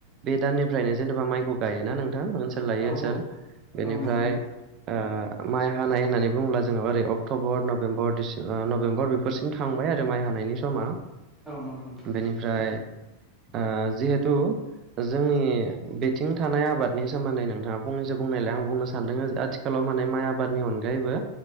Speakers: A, on the right (about 35°); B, in the centre.
A: बे दाननिफ्रायनो जेनेबा माइखौ गायोना नों थां ओनसोल लायो
B: औ
A: ओनसोल बेनिफ्राय
B: औ नंगौ नोंथां
A: ओ माइ हानाय होननानै बुङोब्ला जोङो ओरै अक्ट'बर नभेम्बर दिसि ओ नभेम्बर बेफोरसिम थांबाय आरो माइ हानायनि समा
B: औ नंगौ नोंथां
A: बेनिफ्राय आ जिहेतु जोंनि बिथिं थानाय आबादनि सोमोन्दै नोंथाङा फंनैसो बुंनायलाय आं बुंनो सानदों आथिखालाव माने माइ आबादनि अनगायैबो